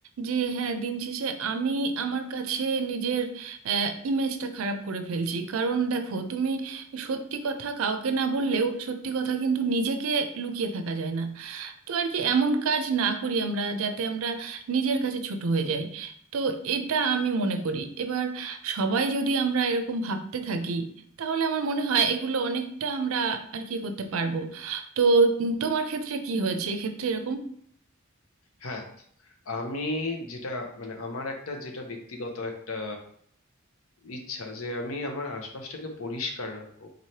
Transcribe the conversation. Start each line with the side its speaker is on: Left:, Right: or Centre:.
Right: যে হ্যাঁ দিন শেষে আমি আমার কাছে নিজের ইমেজটা খারাপ করে ফেলছি কারণ দেখো তুমি সত্যি কথা কাউকে না বললেও সত্যি কথা কিন্তু নিজেকে লুকিয়ে থাকা যায় না তো আর কি এমন কাজ না করি আমরা যাতে আমরা নিজের কাছে ছোট হয়ে যাই তো এটা আমি মনে করি এবার সবাই যদি আমরা এরকম ভাবতে থাকি তাহলে আমার মনে হয় এগুলো অনেকটা আমরা আর কি করতে পারবো তো উম, তোমার ক্ষেত্রে কি হয়েছে এক্ষেত্রে এরকম
Left: হ্যাঁ আমি যেটা মানে আমার একটা যেটা ব্যক্তিগত একটা ইচ্ছা যে আমি আমার আশপাশটাকে পরিষ্কার রাখবো